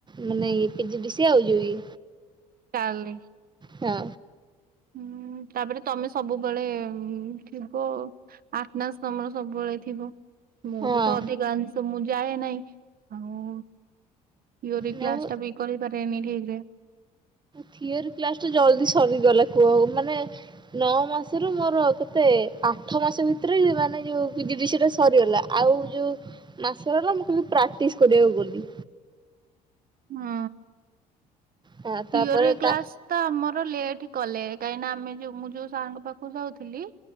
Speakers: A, on the right; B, on the right.
A: ମାନେ ପଜିଡ଼ିସି ଆଉ ଯୋଉ ଇଏ
B: ଟାଲି।
A: ହଁ।
B: ହୁଁ ତାପରେ ତମେ ସବୁବେଳେ ଥିବ। ଆଠନାସ ତମର ସବୁବେଳେ ଥିବ। ମୋର
A: ହଁ
B: ତ ଅଧିକାଂଷ ମୁଁ ଯାଏ ନାହିଁ ଆଉ। ଥିଓରୀ କ୍ଲାସ
A: ନାଇଁ
B: ଟା ବି କରିପାରେନି ଠିକ ରେ।
A: ଥିଓରି କ୍ଲାସ ଟା ଜଲଦି ସରିଗଲା କୁହ ମାନେ ନଅ ମାସରୁ ମୋର କେତେ ଆଠ ମାସେ ଭିତରେ ମାନେ ଯୋଉ ପି ଜି ଡିସି ଟା ସରିଗଲା। ଆଉ ଯୋଉଁ ମାସରହିଲା ମୁଁ ଖାଲି ପ୍ରାକ୍ଟିସ୍ କରିବାକୁ ଗଲି।
B: ହଁ
A: ହଁ ତାପରେ
B: ଥିଓରି କ୍ଲାସ
A: ତା
B: ତ ଆମର ଲେଟ୍ କଲେ କାହିଁକିନା ଆମେ ଯଉ ମୁଁ ଯୋଉ ସାର୍ ପାଖକୁ ଯାଉଥିଲି